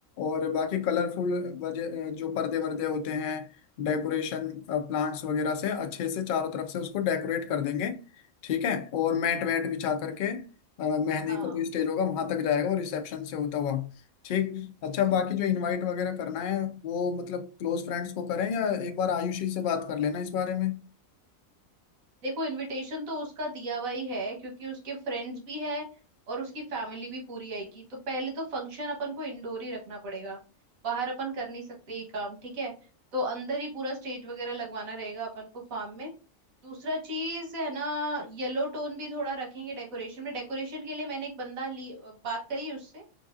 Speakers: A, on the left; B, on the right.
A: और बाकी कलरफुल वजह जो पर्दे वर्दे होते हैं डेकोरेशन प्लांट्स वगैरह से अच्छे से चारों तरफ से उसको डेकोरेट कर देंगे ठीक है और मैट वैट बिछा करके अ, मेहंदी
B: हाँ
A: का जो स्टेज होगा वहां तक जाएगा और रिसेप्शन से होता हुआ ठीक अच्छा बाकी जो इनवाइट वगैरह करना है वो मतलब क्लोज फ्रेंड्स को करें या एक बार आयुषी से बात कर लेना इस बारे में
B: देखो इनविटेशन तो उसका दिया हुआ ही है क्योंकि उसके फ्रेंड्स भी है और उसकी फैमिली भी पूरी आएगी तो पहले तो फंक्शन अपन को इंडोर ही रखना पड़ेगा बाहर अपन कर नहीं सकते ये काम ठीक है तो अंदर ही पूरा स्टेज वगैरह लगवाना रहेगा अपन को फार्म में दूसरा चीज है ना येलो टोन भी थोड़ा रखेंगे डेकोरेशन में डेकोरेशन के लिए मैंने एक बंदा ली बात करी है उससे